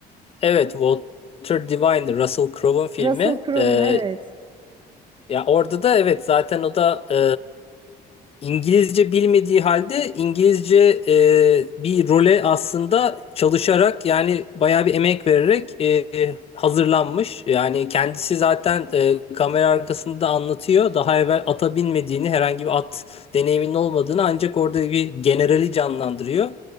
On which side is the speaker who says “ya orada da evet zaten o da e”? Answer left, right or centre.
Left